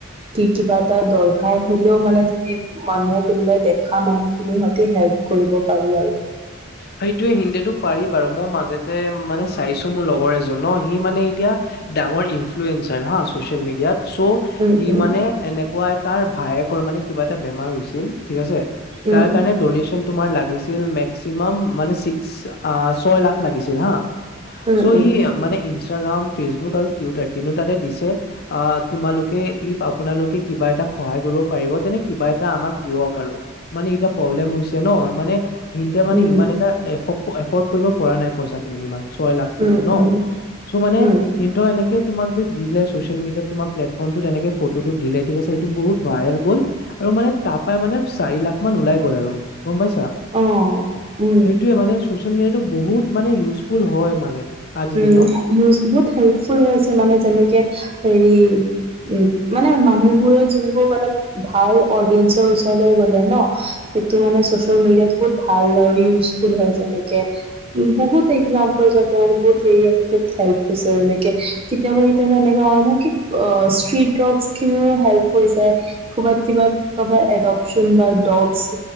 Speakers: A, on the right (about 30°); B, on the left (about 50°).
A: কি কিবা এটা দৰকাৰ হ'লেও মানে যদি মানুহে কোনোবাই দেখা মানুহখিনিৰ সতে হেল্প কৰিব পাৰি আৰু।
B: সেইটোৱে হিন্দীেটো পাৰি বাৰু মই মাজতে মানে চাইছো মোৰ লগৰ এজনৰ সি মানে এতিয়া ডাঙৰ ইন্ফ্লুৱেঞ্চাৰ হা চ'চিয়েল মেডিয়াত চ'
A: উম
B: সি
A: উম
B: মানে এনেকুৱা এ তাৰ ভায়েকৰ মানে কিবা এটা বেমাৰ হৈছিল ঠিক আছে।
A: উম
B: তাৰ কাৰণে ড'নেচন তোমাৰ লাগিছিল মেক চিমাম মানে ছিক্স আ ছয় লাখ লাগিছিল হাঁ।
A: উম
B: চ' সি মানে ইনষ্টাগ্ৰাম, ফেচবুক আৰু টুইটাৰ তিনিও তাতে দিছে। আ তোমালোকে ইফ আপোনালোকে কিবা এটাক সহায় কৰিব পাৰিব তেনে কিবা এটা আমাক দিয়ক আৰু। মানে এতিয়া প্ৰব্লেম হৈছে ন মানে সিহিতেঁ মানে
A: উম
B: ইমান এটা এফৰ্ড এফৰ্ড কৰিব পৰা নাই। পইচাখিনি ইমান ছয় লাখটো
A: উম উম
B: ন
A: উম
B: চ' মানে
A: উম
B: কিন্তু এনেকে তোমাক যে দিলে চ'ছিৱেল মিডিয়াত তোমাৰ প্লেটফৰ্মমটোত এনেকে ফটোটো দিলে ঠিক আছে এইটো বহুত ভাইৰেল গ'ল। আৰু মানে তাৰ পৰাই মানে চাৰি লাখ মান ওলাই গ'ল আৰু গম পাইছা।
A: অ' উম
B: সেইটোৱে মানে চ'চিয়েল মিডিয়াটো বহুত মানে ইউজফুল হয় মানে। আজিৰ
A: উম
B: দিনত।
A: ইউজ বহুত হেল্পফুল হৈছে মানে যেনেকে হেৰি উ মানে মানুহবোৰে জোনবোৰ মানে ভাল অডিয়েঞ্চ ত ওচৰলৈ গলে ন সেইটো মানে চ'ছিয়েল মিডিয়াটো বহুত ভাল আৰু ইজফুল হয় যেনেকে উ বহুত এক্সাম্পল আছে বহুত বহুত হেল্প হৈছে এনেকে কেতিয়াবা কেতিয়াবা এনেকা আহে ন' কি ইষ্টি ড্ৰক খিনিও হেল্প কৰিছে ক'ৰবাত কিবা ক'ৰবাত এডক্সন বা ডক্স